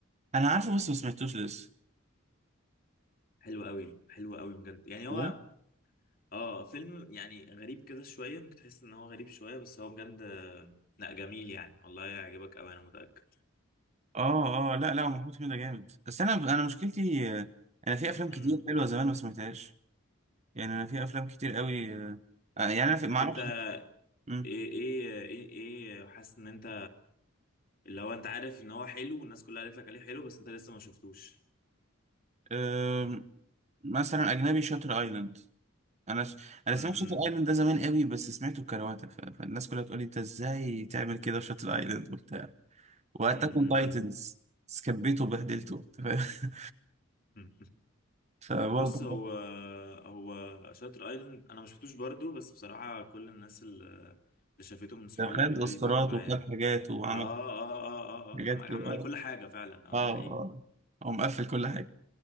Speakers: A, on the right (about 35°); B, on the left (about 45°).
A: انا عارفه بس ما سمعتوش لسه
B: حلو قوي حلو قوي بجد يعني هو
A: لا
B: اه فيلم يعني غريب كده شويه ممكن تحس ان هو غريب شويه بس هو بجد آه، لا جميل يعني والله يعجبك قوي انا متاكد
A: اه اه لا لا هو محمود حميدة جامد بس انا انا مشكلتي آه، انا في افلام كتير
B: امم
A: حلوة زمان ما سمعتهاش يعني انا في افلام كتير قوي آه، آه، يعني انا في ما
B: طب
A: اعرفش
B: انت
A: مم.
B: ايه ايه ايه ايه حاسس ان انت اللي هو انت عارف ان هو حلو والناس كلها قالت لك عليه حلو بس انت لسه ما شفتوش
A: آم، مثلا اجنبي شاتر ايلاند انا ش... انا
B: امم
A: سمعت شاتر ايلاند ده زمان قوي بس سمعته بكرواتة ف... فالناس كلها بتقول لي انت ازاي تعمل كده شاتر ايلاند وبتاع، واتاك
B: مم، مم،
A: اون تايتنز
B: مم،
A: سكبيته وبهدلته أنت فاهم
B: مم.
A: <laughs> فبرضه
B: بص هو هو شاتر ايلاند انا ما شفتوش برضو بس بصراحه كل الناس اللي اللي شافته من صحابي
A: ده خد
B: بيقولوا
A: اوسكارات
B: لي تحفه
A: وخد
B: يعني
A: حاجات وعمل
B: اه اه اه
A: حاجات
B: اه, آه. عمل
A: كده
B: عمل
A: اه
B: كل حاجه فعلا اه
A: اه
B: دي حقيقه
A: اه هو مقفل كل حاجه